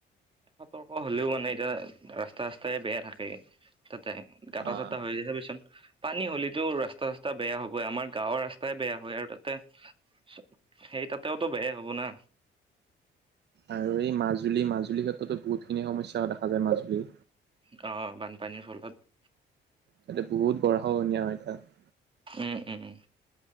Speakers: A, on the right; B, on the right.
A: সতৰ্ক হলেও মানে এতিয়া ৰাস্তাই-ৰাস্তাই বেয়া থাকে তাতে। গাঁটা-চাটা
B: অ',
A: হৈ যায় চাবি চোন আ আ। পানী হ'লেতো ৰাস্তা-চাস্তা বেয়া হবই আমাৰ গাঁৱৰ ৰাস্তাই বেয়া হয় আৰু তাতে ই আহ্। সতি সেই তাতেও তো বেয়াই হব না।
B: আৰু এই মাজুলী মাজুলীৰ ক্ষেত্ৰতো বহুতখিনি সমস্যা হোৱা দেখা যায় মাজুলীৰ।
A: গাঁৱৰ বানপানীৰ ফলত।
B: তাতে বহুত গৰা খহনীয়া হয় তাত।
A: উম উম উম।